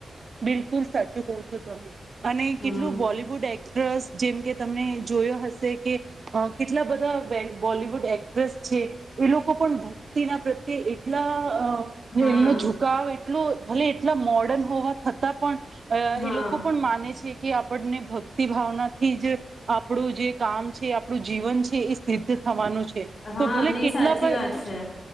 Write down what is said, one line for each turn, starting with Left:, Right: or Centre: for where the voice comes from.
Right: બિલકુલ સાચું કહો છો તમે અને
Left: હમ
Right: કેટલું બોલિવુડ એક ટ્રસ્ટ જેમ કે તમને જોયો હશે કે અ કેટલા બધા બેક બોલિવુડ એક્ટ્રેસ છે એ લોકો પણ ભક્તિના પ્રત્યે લા અ
Left: હા
Right: એમનો <unintelligible> એટલો ભલે એટલા મોડ <unintelligible> હોવા થતાં પણ
Left: હા
Right: એ લોકો પણ માને છે કે આપ આપણને ભક્તિ ભાવનાથી જ આપ આપડું જે કામ છે આપણું જીવન છે એ સિદ્ધ થવાનું છે
Left: હા
Right: તો ભલે
Left: નહી
Right: કેટલા
Left: સાચી
Right: પણ
Left: વાત છે